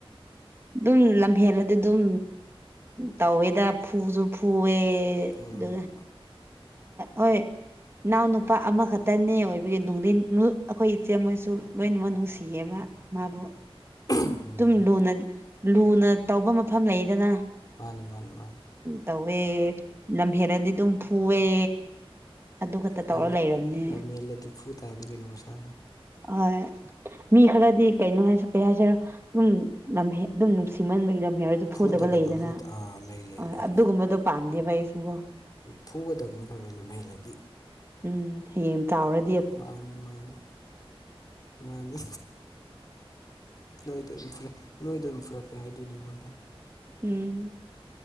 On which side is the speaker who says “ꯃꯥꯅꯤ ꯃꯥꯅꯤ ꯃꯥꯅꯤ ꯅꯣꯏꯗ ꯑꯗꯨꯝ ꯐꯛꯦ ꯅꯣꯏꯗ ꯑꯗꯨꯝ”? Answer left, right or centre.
Left